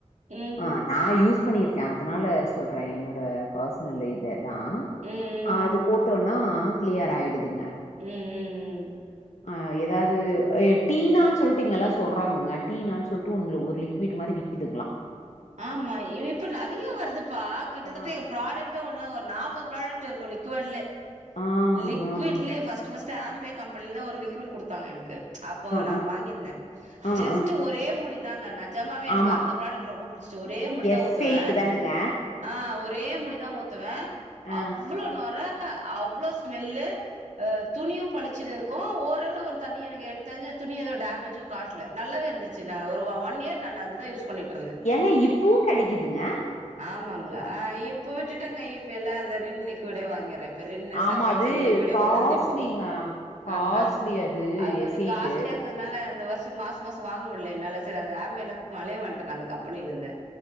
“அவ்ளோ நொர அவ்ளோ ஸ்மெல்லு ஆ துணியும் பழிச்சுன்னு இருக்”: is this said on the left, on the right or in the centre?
Right